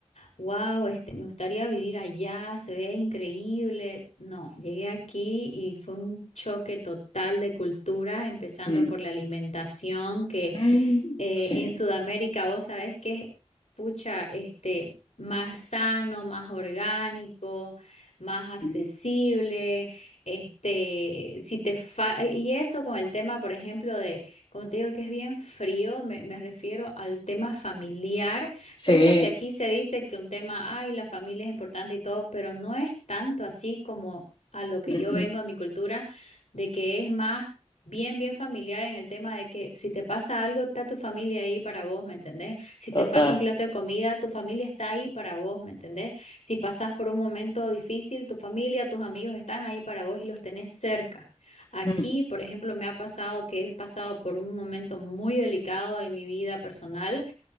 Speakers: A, on the left; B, on the left.
A: wow, este, me gustaría vivir allá, se ve increíble. No, llegué aquí y fue un choque total de culturas, empezando
B: Mm,
A: por la alimentación, que
B: mm,
A: eh,
B: sí,
A: en Sudamérica, vos sabés que, pucha, este, más sano, más orgánico, más accesible,
B: mm,
A: este, si te fa- y eso con el tema, por ejemplo, de, como te digo, que es bien frío, me, me refiero al tema familiar, pese
B: sí,
A: a que aquí se dice que un tema, ay, la familia es importante y todo, pero no es tanto así como a lo que
B: mm,
A: yo
B: mm,
A: vengo a mi cultura, de que es más bien, bien familiar en el tema de que si te pasa algo, está tu familia ahí para vos, ¿me entendés? Si te
B: total.
A: falta un plato de comida, tu familia está ahí para vos, ¿me entendés? Si pasás por un momento difícil, tu familia, tus amigos están ahí para vos y los tenés cerca. Aquí,
B: Mm,
A: por ejemplo, me ha pasado que he pasado por un momento muy delicado en mi vida personal